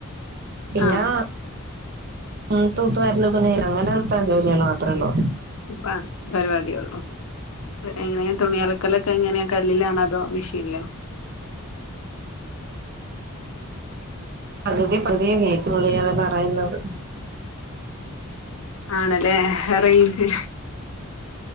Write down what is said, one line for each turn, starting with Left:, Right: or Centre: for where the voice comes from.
Right: പിന്നാ
Left: ആ
Right: ഉം തൂത്തുവാരല് തുണിയല്ക്ക അങ്ങനെത്ത ജോലികള് മാത്രേള്ളൂ.
Left: പ പരിപാടി ഒള്ളൂ. എങ്ങനെ തുണി അലക്കലൊക്കെ എങ്ങനെയാ കല്ലിലാണോ അതോ മിഷീനിലോ.
Right: പകുതി പകുതിയേ കേൾക്കൊണൊള്ളൂ ഇയാള് പറയുന്നത്.
Left: ആണല്ലേ റൈഞ്ച്